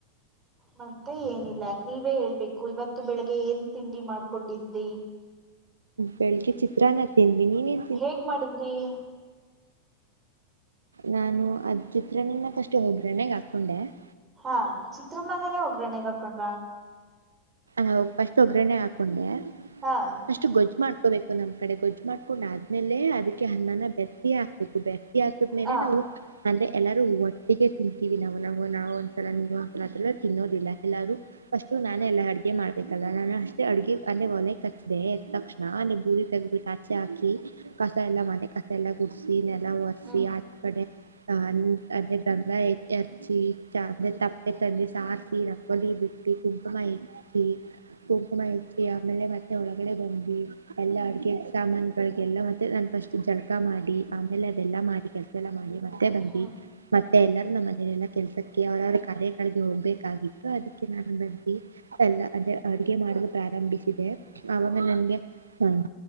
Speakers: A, on the right; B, on the right.
A: ಮತ್ತೆ ಏನಿಲ್ಲ ನೀವೇ ಹೇಳ್ಬೇಕು ಇವತ್ತು ಬೆಳಿಗ್ಗೆ ಏನ್ ತಿಂಡಿ ಮಾಡ್ಕೊಂಡಿದರಿ. <inaudible>
B: ಬೆಳಿಗ್ಗೆ ಚಿತ್ರಾ ಅನ್ನ ತಿಂದಿವಿ ನೀನ ಏ <inaudible>
A: ಹೇಗ್ ಮಾಡಿದರಿ. <inaudible>
B: ನಾನು ಅದ ಚಿತ್ರ ಅನ್ನ ಫಸ್ಟ್ ಒಗರಣ್ಣೆಗ್ ಹಾಕೊಂಡೆ. <inaudible>
A: ಹಾ ಚಿತ್ರಅನ್ನನೇನೆೇ ಒಗರಣ್ಣೆಗ್ ಹಾಕೊಂಡರಾ? <inaudible>
B: ಹಾ ಫಸ್ಟ್ ಒಗರಣೇ ಹಾಕೊಂಡೆ. <inaudible>
A: ಹಾ <inaudible>
B: ಪಷ್ಟು ಗೊಜ್ಜು ಮಾಡ್ಕೋಬೇಕು ನಮ್ಮ ಕಡೆ ಗೊಜ್ಜ ಮಾಡಕೊಂಡು ಆದ್ಮೇಲೆ ಅದಕ್ಕೆ ಅನ್ನನ ಬೆತ್ತಿ ಹಾಕ್ಬೇಕು ಬೆ <inaudible> ಬೆತ್ತಿ ಹಾಕಿದ್ ಮೇಲೆ
A: ಹಾ
B: ನಾವು? <inaudible> ಅಂದ್ರೆ ಎಲ್ಲಾರೂ ಒಟ್ಟಿಗೆ ತಿಂತೀವಿ ನಾವ್ ನಾವವು ಒಂದ್ಸಲ ನಿವಒಂದ್ಸಲ ಅದೆಲ್ಲ ತಿನ್ನೋದಿಲ್ಲ ಎಲ್ಲಾರು <inaudible> ಪಷ್ಟು ನಾನೆ ಎಲ್ಲಾ ಅಡಗಿ <inaudible> ಅಡಗೆ ಮಾಡ್ಬೇಕಲ್ಲ ನಾನು ಅಷ್ಟೇ ಅಡಗೆ ಅಲ್ಲೇ ಒಲೆಗೆ ಕಚ್ಚಿದೆ ತಕ್ಷಣ ಅಲ್ಲೇ ಬೂದಿ ತಗಬಿಟ್ಟು ಆಚೆ ಹಾಕಿ. <inaudible> ಕಸ ಎಲ್ಲಾ ಮನೆ ಕಸ ಎಲ್ಲಾ ಗುಡಸಿ ನೆಲ ಒರೆಸಿ
A: ಹ್ಮ್
B: ಆಚ ಕಡೆ. <inaudible> ಸಾನೀ ಅದೇ ಗಂಧ ಎಚ್ಚಿ ಚಾನಂದ ತಪ್ಪೆ ತದಿ ಸಾರಿಸಿ ರಂಗೋಲಿ ಬಿಟ್ಟ <inaudible> ಟ್ಟಿ ಕುಂಕಮಾ ಇಟ್ಟಿ. <inaudible> ಕುಂಕುಮ ಇತ್ವಿ ಆಮೇಲೆ ಮತ್ತೆ ಒಳಗಡೆ ಬಂದ್ವಿ ಎಲ್ಲಾ ಅಡಗೆ ಸಾಮಾನು <inaudible> ಬೆಳ್ಳಿಗೆ ಎಲ್ಲಾ ಒಂದೇ ನಾನ್ ಫಸ್ಟ್ ಜಳಕ ಮಾಡಿ ಆಮೇಲೆ ಅದೆಲ್ಲಾ ಮಾಡಿ ಕೆಲಸಾ ಎಲ್ಲಾ ಮಾಡಿ ಮತ್ತೆ ಬಂದಿ
A: ಹ್ಮ್
B: <inaudible> ಮತ್ತೆ ಎಲ್ಲರೂ ನಮ್ಮ ಮನೇಲೀ ಎಲ್ಲಾ ಕೆಲಸಕ್ಕೆ ಅವರ ಅವರ ಕಾರ್ಯ ಗಳಿಗೆ ಹೋಗ್ಬೇಕಾಗಿತ್ತು ಅದಕ್ಕೆ ನಾನು ಬಂದಿವಿ. <inaudible> ಎಲ್ಲ ಅಂದ್ರೆ ಅಡುಗೆ ಮಾಡಲು ಪ್ರಾರಂಭಿಸಿದೆ ಆವಾಗ ನನ್ಗೆ ಹಾ